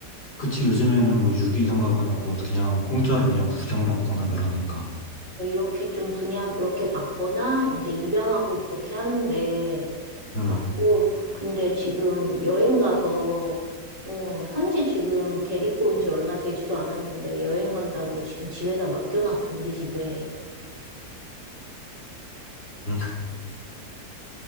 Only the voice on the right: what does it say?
이렇게 좀 분양 그렇게 받거나 이제 입양하고 그렇게 하는데
갖고 근데 지금 여행 가서 어, 산지 지금 데리고 온지 얼마 되지도 않았는데 여행 간다고 지금 집에다 맡겨놨어, 우리 집에.